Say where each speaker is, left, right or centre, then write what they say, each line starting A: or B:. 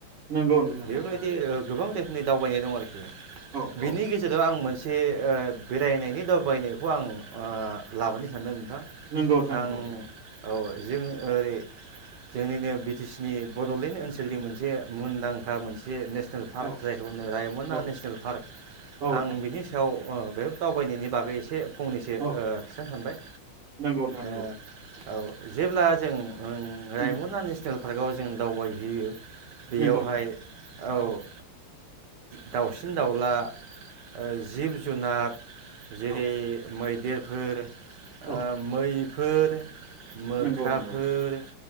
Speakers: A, on the right; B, on the right.
A: नंगौ नोंथां
B: बेयावथ
A: नोंथां
B: इदि गोबां रोखोमनि दावबायनाय दं आरोखि
A: औ
B: बिनि
A: औ
B: गेजेराव आं मोन से ओ बेरायनायनि दावबायनायखौ आं ओ लाबोनो सानदों नोंथां
A: नंगौ नोंथां
B: आं
A: नंगौ नंगौ
B: औ जों ओरै जोंनिनो बिटिसिनि बडलेण्ड ओनसोलनि मोनसे मुंदांखा मोनसे नेस- नेल पार्क
A: औ
B: जायखौ होनदों रायमना
A: औ
B: नेसनेल पार्क
A: औ नोंथां
B: आं बिनि सायाव अ बेफोर दावबायनायनि बागै एसे फंनैसो ओ
A: औ
B: खिथानो सानबाय
A: नंगौ नोंथां नंगौ
B: ओ औ जेब्ला जों ओं रायमना
A: उम
B: नेसनेल फार्काव जों दावबायहैयो बेयावहाय
A: नंगौ नोंथां
B: औ ओ
A: नंगौ
B: दाउसिन दाउला ओ जिब जुनार जेरै
A: औ
B: मै देरफोर
A: औ
B: ओ मै फोर मोख्राफोर,
A: नंगौ नंगौ